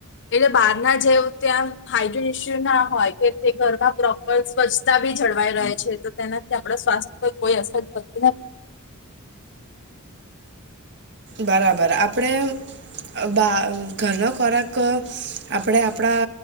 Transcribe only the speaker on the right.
બરાબર આપણે બા ઘરનો ખોરાક આપણે આપણા